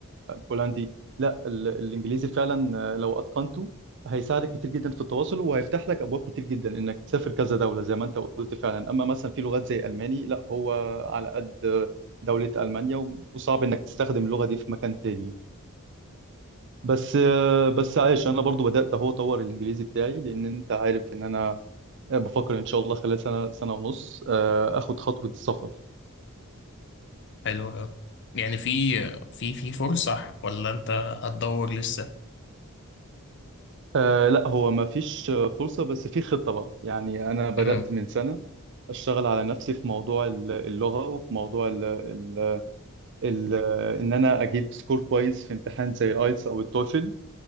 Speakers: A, on the right (about 55°); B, on the left (about 55°).
A: بولندي لا ال- الانجليزي فعلا آه، لو اتقنته هيساعدك كتير جدا في التواصل وهيفتح لك ابواب كتير جدا انك تسافر كذا دوله زي ما انت قلت فعلا اما مثلا في لغات زي الماني لا هو على قد آه، دوله المانيا و- وصعب انك تستخدم اللغه دي في مكان تاني بس آه، بس عايش انا برضو بدات اهو اطور الانجليزي بتاعي لان انت عارف ان انا بفكر ان شاء الله خلال سنه سنه ونص آه، اخد خطوه السفر
B: حلو أوي. يعني في في في فرصة ولا انت هتدور لسه
A: آه لا هو ما فيش آه، فرصة بس في خطة بقى يعني أنا بدأت
B: امم
A: من سنة أشتغل على نفسي في موضوع ال- اللغة وفي موضوع ال ال ال إن أنا أجيب سكور كويس في امتحان زي الآيتس أو التوفل